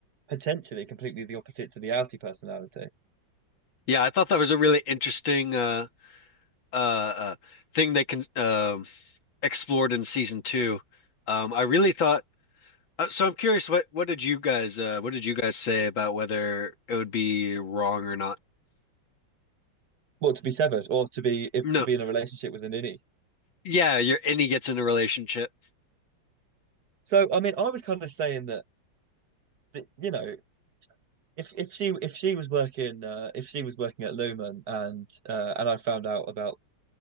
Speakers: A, on the right; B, on the left.
A: potentially completely the opposite to the outie personality.
B: Yeah, I thought that was a really interesting uh uh, uh thing they can um explored in season two. Um, I really thought Uh, so I'm curious, what what did you guys uh what did you guys say about whether it would be wrong or not?
A: Well, to be severed or to be if
B: No.
A: to be in a relationship with an innie.
B: Yeah, you're and he gets in a relationship.
A: So, I mean, I was kind of saying that but you know, if if she if she was working uh, if she was working at Lumen and uh, and I found out about